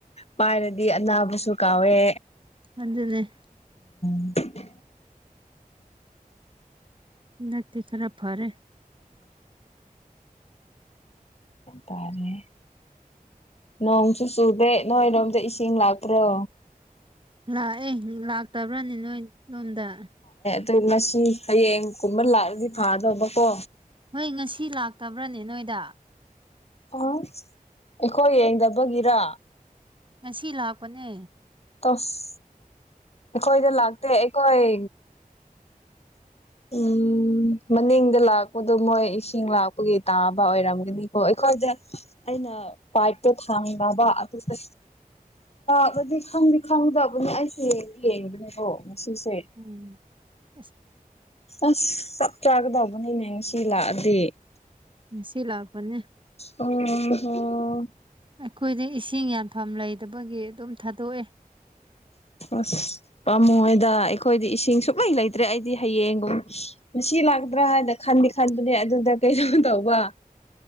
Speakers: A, on the left (about 45°); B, on the right (about 35°).
A: ꯄꯥꯏꯔꯗꯤ ꯑꯅꯥꯕꯁꯨ ꯀꯥꯎꯋꯦ
B: ꯑꯗꯨꯗ ꯂꯩꯦ
A: <inaudible>
B: ꯅꯗꯤ ꯈꯔꯞ ꯐꯔꯦ
A: ꯇꯥꯔꯦ ꯅꯣꯡꯁꯨ ꯆꯨꯗꯦ ꯅꯣꯏꯔꯣꯝꯗ ꯏꯁꯤꯡ ꯂꯥꯛꯄ꯭ꯔꯣ
B: ꯂꯥꯛꯑꯦ ꯂꯥꯛꯇꯕ꯭ꯔꯅꯤ ꯅꯣꯏ ꯂꯣꯝꯗ
A: ꯑꯗꯩ ꯃꯁꯤ ꯍꯌꯦꯡꯒꯨꯝꯕ ꯂꯥꯛꯑꯗꯤ ꯐꯥꯗꯧꯕꯀꯣ
B: ꯍꯣꯏ ꯉꯁꯤ ꯂꯥꯛꯇꯕ꯭ꯔꯅꯦ ꯅꯣꯏꯗ
A: ꯑ ꯑꯩꯈꯣꯏ ꯌꯦꯡꯗꯕꯒꯤꯔ
B: ꯉꯁꯤ ꯂꯥꯛꯄꯅꯦ
A: ꯇꯁ ꯑꯩꯈꯣꯏꯗ ꯂꯥꯛꯇꯦ ꯑꯩꯈꯣꯏ ꯎꯝ ꯎꯝ ꯃꯅꯤꯡꯗ ꯂꯥꯛꯄꯗꯣ ꯃꯣꯏ ꯏꯁꯤꯡ ꯂꯥꯛꯄꯒꯤ ꯇꯥꯕ ꯑꯣꯏꯔꯝꯒꯅꯤꯀꯣ ꯑꯩꯈꯣꯏꯗ ꯑꯩꯅ ꯄꯕꯥꯥꯏꯞꯇꯣ ꯊꯥꯡꯅꯕ ꯑꯗꯨꯗ ꯑꯗꯨꯗꯤ ꯈꯪꯗꯤ ꯈꯪꯗꯕꯅꯦ ꯑꯩꯁꯦ ꯌꯦꯡꯕꯅꯦꯀꯣ ꯉꯁꯤꯁꯦ
B: ꯎꯝ ꯑꯁ
A: ꯑꯁ ꯆꯞ ꯆꯥꯒꯗꯧꯕꯅꯤꯅꯦ ꯉꯁꯤ ꯂꯥꯛꯑꯗꯤ
B: ꯉꯁꯤ ꯂꯥꯛꯄꯅꯦ
A: ꯑꯣ ꯍ
B: ꯑꯩꯈꯣꯏꯗ ꯏꯁꯤꯡ ꯌꯥꯟꯐꯝ ꯂꯩꯗꯕꯒꯤ ꯑꯗꯨꯝ ꯊꯥꯗꯣꯛꯑꯦ
A: ꯑ ꯄꯥꯝꯃꯨꯡꯣꯏꯗ ꯑꯩꯈꯣꯏꯗꯤ ꯏꯁꯤꯡ ꯁꯨꯡꯂꯩ ꯂꯩꯇ꯭ꯔꯦ ꯑꯩꯗꯤ ꯍꯌꯦꯡꯒꯨꯝ ꯉꯁꯤ ꯂꯥꯛꯇ꯭ꯔꯥ ꯍꯥꯏꯅ ꯈꯟꯗꯤ ꯈꯟꯕꯅꯦ ꯑꯗꯨꯗ ꯀꯩꯩꯅꯩꯅꯣ ꯇꯧꯕ